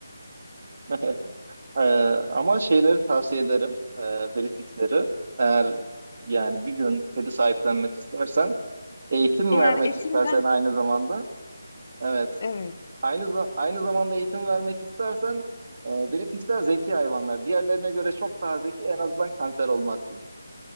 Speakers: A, on the right; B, on the left.
A: <laughs> Ee, ama şeyleri tavsiye ederim. E, pelifixleri. Eğer yani bir gün pedi sahiplenmek istersen, eğitim
B: Eğer
A: vermek
B: eşimden
A: istersen aynı zamanda. Evet.
B: evet.
A: Aynı za- aynı zamanda eğitim vermek istersen e, pelifixler zeki hayvanlar. Diğerlerine göre çok daha zeki. En azından kanser olmazsın.